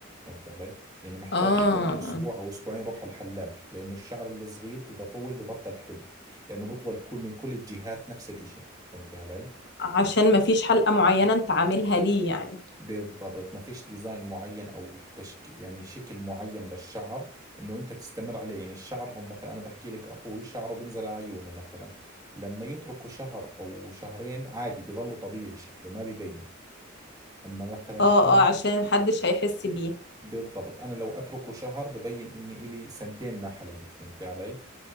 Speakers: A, on the right (about 20°); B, on the left (about 55°).
A: فهمت علي يعني محتاج
B: اه
A: كل اسبوع او اسبوعين يروح على الحلاق لانه الشعر الصغير اذا طول ببطل حلو لانه بطول كل من كل الجهات نفس الاشي فهمت علي
B: عشان مفيش حلقة معينة انت عاملها ليه يعني
A: بالضبط ما فيش ديزاين معين او تشكي يعني شكل معين للشعر انه انت تستمر عليه يعني الشعر هم مثلا انا بحكي لك اخوي شعره بنزل على عيونه مثلا لما يتركوا شهر او شهرين عادي بيظلوا طبيعي شكله ما بيبين اما مثلا
B: اه
A: مهم.
B: اه عشان محدش هيحس بيه
A: بالضبط انا لو اتركه شهر ببين اني الي سنتين ما حلقت فهمتي علي